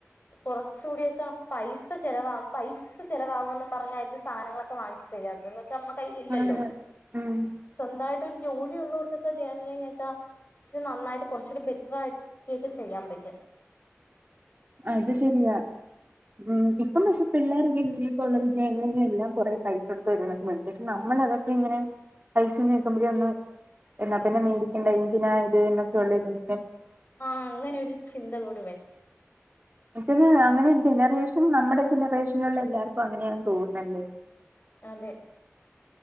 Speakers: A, on the left (about 40°); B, on the right (about 40°).
A: കുറച്ചുകൂടൊക്കെ പൈസ ചിലവാ പൈസ ചെിലവാകും പറഞ്ഞായിരുന്നു സാധനങ്ങളൊക്കെ വാങ്ങിക്ക ചെയ്യത്തന്ന് വച്ച നമ്മ കയ്യിൽ ഇല്ലല്ലോ
B: ആണ് ഉം
A: സ്വന്തമായിട്ട് ഒരു ജോലിയ ഉള്ളവർക്ക് ജെണലിങൊക്കേ നന്നായിട്ട് കുറച്ചുകൂടി ബെറ്റർ ആയിട്ട ഒക്കെ ചെയ്യാൻ പറ്റും
B: അത് ശരിയാ ഉം ഇപ്പം പക്ഷെ പിള്ളോരൊക്കെ ഇങ്ങനെയൊക്കെ ഉള്ള വിജയങ്ങളും എല്ലാം കൊറെ പൈസ കൊടുത്ത് വര എന്നൊക്കെ <unintelligible> നമ്മൾതൊക്കെ ഇങ്ങനെ പൈസന്ന് നോക്കുമ്പോഴെ ഒന്ന് എന്നാ പിന്നെ മേടിക്കണ്ട എന്തിനാ ഇത് എന്നൊക്കെയ ഉള്ളൂ ഇത് ഇ
A: ആ അങ്ങനെ ഒരു ചിന്ത കൂടി വരും
B: ഇപ്പൊത് അങ്ങനെ ജനറേഷൻ നമ്മുടെ ജനറേഷനിലുള്ള എല്ലാർക്കും അങ്ങനെയെന്ന് തോന്നുന്നല്ലേ
A: അതെ